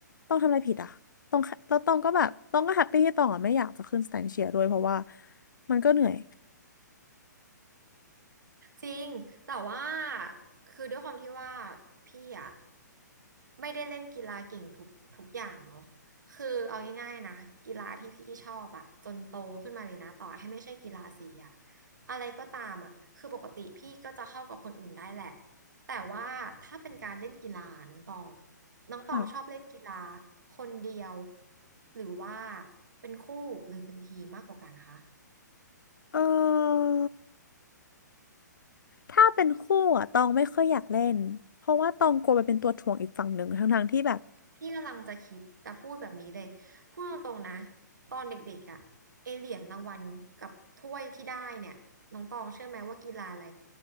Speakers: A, on the left; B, on the right.
A: ต้องทำอะไรผิดอ่ะต้องแล้วต้องก็แบบต้องก็แฮปปี้ที่ต้องอ่ะไม่อยากจะขึ้นสแตนเชียร์ด้วยเพราะว่ามันก็เหนื่อย
B: จริงแต่ว่าคือด้วยความที่ว่าพี่อะไม่ได้เล่นกีฬาเก่งทุกทุกอย่างเนาะคือเอาง่ายๆนะกีฬาที่พี่ชอบอะจนโตขึ้นมาเลยนะต่อให้ไม่ใช่กีฬาสีอะอะไรก็ตามอะคือปกติพี่ก็จะเข้ากับคนอื่นได้แหละแต่ว่าถ้าเป็นการเล่นกีฬาน้องตองน้องตองชอบเล่นกีฬา
A: ค่ะ
B: คนเดียวหรือว่าเป็นคู่หรือเป็นทีมมากกว่ากันคะ
A: เออถ้าเป็นคู่อ่ะตองไม่ค่อยอยากเล่นเพราะว่าตองกลัวไปเป็นตัวถ่วงอีกฝั่งหนึ่งทั้งๆที่แบบ
B: พี่กำลังจะคิดจะพูดแบบนี้เลย พูดตรงๆนะ ตอนเด็กๆอะไอเหรียญรางวัลกับถ้วยที่ได้เนี่ย น้องตองเชื่อไหมว่ากีฬาอะไร